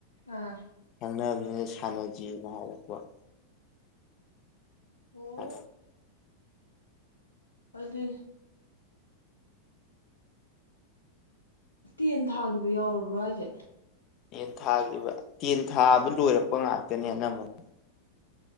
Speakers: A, on the left; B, on the left.
A: ꯑꯥ
B: ꯈꯪꯅꯕꯅꯤꯅ ꯁꯥꯟꯅꯖꯦꯅ ꯍꯥꯏꯔꯛꯄ
A: ꯑꯣ
B: ꯍꯦ
A: ꯑꯗꯨ ꯇꯦꯟ ꯊꯥꯈꯤꯕ ꯌꯥꯎꯔꯕ꯭ꯔꯥ ꯑꯩꯁꯦ
B: ꯌꯦꯟ ꯊꯥꯈꯤꯕ ꯇꯦꯟ ꯊꯥꯕ ꯂꯣꯏꯔꯛꯄ ꯉꯥꯛꯇꯅꯦ ꯑꯅꯝꯕꯅ